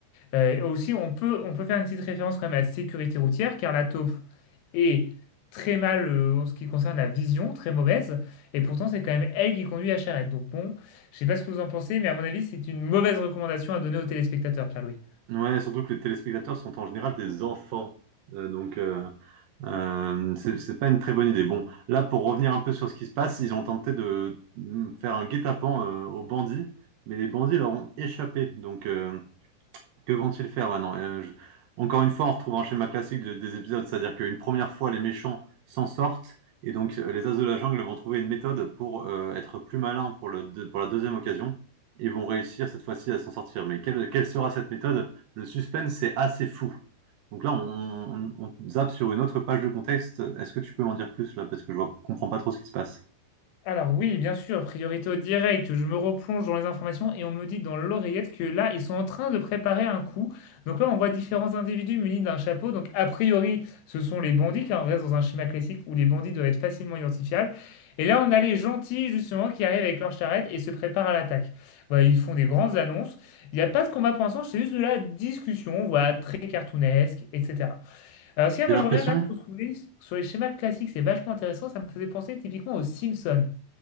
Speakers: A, on the left (about 80°); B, on the right (about 75°).
A: Euh, aussi, on peut, on peut faire une petite référence quand même à la sécurité routière, car la taupe est très mal euh, en ce qui concerne la vision, très mauvaise, et pourtant c'est quand même elle qui conduit la charrette. Donc bon, je sais pas ce que vous en pensez, mais à mon avis, c'est une mauvaise recommandation à donner aux téléspectateurs, Pierre-Louis.
B: Ouais, surtout que les téléspectateurs sont en général des enfants. Euh, donc, euh, Euh, c'est c'est pas une très bonne idée. Bon, là, pour revenir un peu sur ce qui se passe, ils ont tenté de mm, faire un guet-apens euh, aux bandits, mais les bandits leur ont échappé. Donc, euh, que vont-ils faire maintenant? Euh, je- Encore une fois, on retrouve un schéma classique de- des épisodes, c'est-à-dire qu'une première fois, les méchants s'en sortent, et donc euh, les As de la jungle vont trouver une méthode pour euh, être plus malins pour le, deux- pour la deuxième occasion, et vont réussir cette fois-ci à s'en sortir. Mais quelle, quelle sera cette méthode? Le suspense c'est assez fou. Donc là, on, on, on zappe sur une autre page de contexte. Est-ce que tu peux m'en dire plus là? Parce que je ne comprends pas trop ce qui se passe.
A: Alors oui, bien sûr, priorité au direct, je me replonge dans les informations et on me dit dans l'oreillette que là, ils sont en train de préparer un coup. Donc là, on voit différents individus munis d'un chapeau. Donc a priori, ce sont les bandits, car on reste dans un schéma classique où les bandits doivent être facilement identifiables. Et là, on a les gentils, justement, qui arrivent avec leur charrette et se préparent à l'attaque. Voilà, ils font des grandes annonces. Il n'y a pas de combat pour l'instant, c'est juste de la discussion, voilà, très cartoonesque, etc. Alors, ce qu'il y a,
B: J'ai
A: moi,
B: l'impression
A: je reviens quand même sur sur les schémas classiques, c'est vachement intéressant. Ça me faisait penser typiquement aux Simpsons.